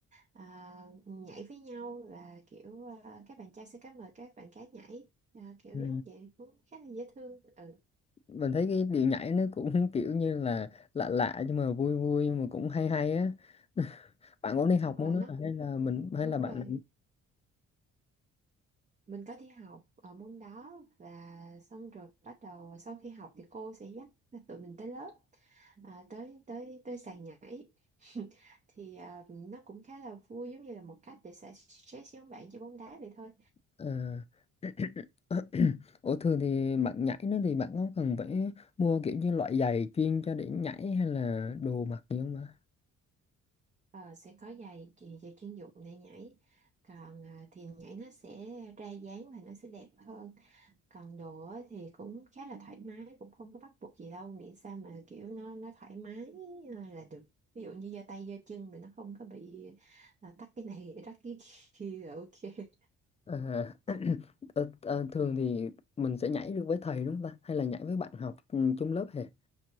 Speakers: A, on the right (about 25°); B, on the left (about 20°).
A: ờ, nhảy với nhau và kiểu ờ, các bạn trai sẽ cá mời các bạn gái nhảy Ờ, kiểu
B: Ừ.
A: giống vậy cũng khá là dễ thương ừ
B: mình thấy cái điệu nhảy nó cũng <laughs> kiểu như là lạ lạ nhưng mà vui vui mà cũng hay hay á <laughs> bạn có đi học
A: Ờ,
B: môn đó
A: nó
B: à?
A: cũng-
B: hay là mình hay
A: đúng
B: là
A: rồi
B: bạn
A: mình có đi học ở môn đó và xong rồi bắt đầu sau khi học thì cô sẽ dắt tụi mình tới lớp à, tới tới tới sàn nhảy <laughs> thì à, nó cũng khá là vui giống như là một cách để xả stress với ông bạn chơi bóng đá vậy thôi
B: ờ, <clears throat> ủa thường thì bạn nhảy nó thì bạn có cần phải mua kiểu như loại giày chuyên cho để nhảy hay là đồ mặc gì không ạ
A: Ờ, sẽ có giày chị- giày chuyên dụng để nhảy còn à, thì nhảy nó sẽ ra dáng và nó sẽ đẹp hơn còn đồ á thì cũng khá là thoải mái cũng không có bắt buộc gì đâu miễn sao mà kiểu nó nó thoải mái à, là được ví dụ như giơ tay giơ chân mình nó không có bị à, tắt cái này <laughs> tắt cái kia là ok
B: Ờ, <clears throat> ờ, ờ, thường thì mình sẽ nhảy được với thầy đúng không ta hay là nhảy với bạn học ừ, chung lớp hề